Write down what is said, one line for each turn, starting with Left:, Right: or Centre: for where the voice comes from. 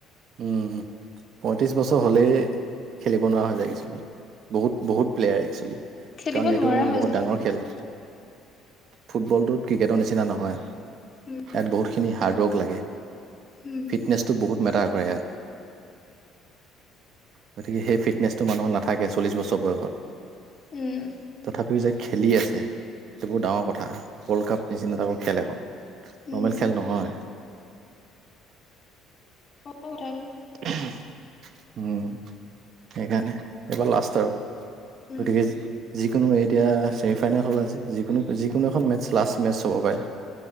Right: উম পয়ত্ৰিশ বছৰ হলেই খেলিব নোৱাৰা হৈ যায় কিছুমানে। বহুত বহুত প্লেয়াৰ আহিছে
Left: খেলিব
Right: কাৰণ
Left: নোৱাৰা
Right: এইটো
Left: হৈ
Right: বহুত
Left: যায়
Right: ডাঙৰ খেল। ফুটবলটোত ক্ৰিকেটৰ নিচিনা নহয় ইয়াত
Left: উম
Right: বহুতখিনি হাৰ্ডৱৰ্ক। লাগে
Left: উম
Right: ফিটনেছটো বহুত মেটাৰ কৰে এয়াত। গতিকে সেই ফিটনেছটো মানুহ নাথাকে চল্লিছ বছৰ বয়সত।
Left: উম।
Right: তথাপিও যে খেলি আছে সেইটো বৰ ডাঙৰ কথা ৱৰ্ল্ড কাপ নিচিনাতাকৌ খেল এখন।
Left: উম
Right: নৰ্মেল খেল নহয়।
Left: অ অ জানো।
Right: উম সেইকাৰণে এইবাৰ লাষ্ট আৰু।
Left: উম
Right: গতিকে যিকোনো এতিয়া। এ ফাইনেল হ'ল আজি যিকোনো যিকোনো এখন মে লাষ্ট মেটছ হ'ব পাৰে।